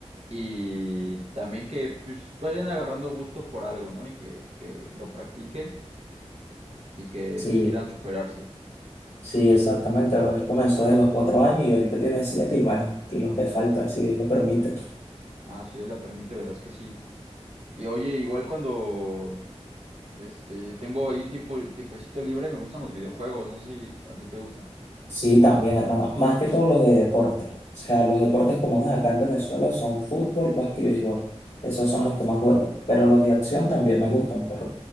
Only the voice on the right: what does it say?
Y también que pues vayan agarrando gusto por algo, ¿no? Y que, que lo practiquen y que
pues quieran superarse.
Ah, si Dios le permite, verás que sí. Y oye, igual cuando este tengo ahí tiempo, tiempecito libre, me gustan los videojuegos, no sé si a ti te gustan.